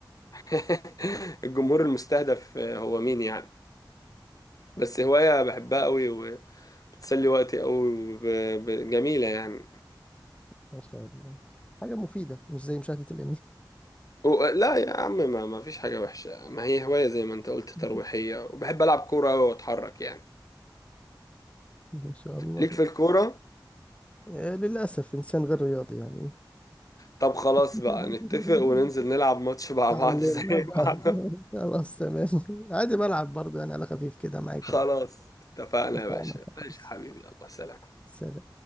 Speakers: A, on the left (about 50°); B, on the left (about 15°).
A: <laughs> الجمهور المستهدف آه، هو مين يعني بس هواية بحبها قوي وبتسلي وقتي قوي وب- ب- جميلة يعني
B: ما شاء الله حاجة مفيدة مش زي مشاهدة الأنمي
A: و- لا يا عم ما, ما فيش حاجة وحشة ما هي هواية زي ما انت قلت ترويحية
B: <laughs>
A: وبحب ألعب كورة أوي وأتحرك يعني
B: ما شاء الله
A: ليك في الكورة
B: آه، للأسف إنسان غير رياضي يعني
A: طب خلاص
B: <laughs>
A: بقى نتفق وننزل نلعب ماتش مع
B: تعلمنا
A: بعض <laughs> زي
B: بقى
A: بعض
B: <laughs> خلاص تمام عادي بلعب برضه يعني على خفيف كده معاك
A: خلاص
B: عادي
A: اتفقنا
B: اتفقنا
A: يا باشا ماشي
B: خلاص
A: يا حبيبي الله سلام
B: سلام